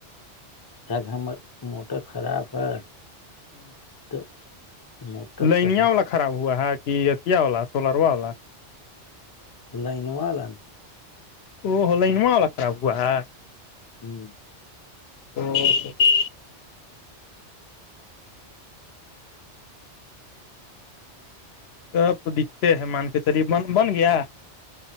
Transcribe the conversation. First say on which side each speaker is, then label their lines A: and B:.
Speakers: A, on the left; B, on the left.
A: جاکہ ہمر موٹر خراب ہے
B: ہ
A: تو موٹر
B: لینیا
A: تو ہمار
B: وال ل خراب ہوا کہ اتیا والا سولروا والا-
A: لائن والا ن-
B: ا لائنواں والا خراب ہووا ہے-
A: ہوں
B: ہ اب تو دکھتے ہے مان کے چلیے ب بن گیا-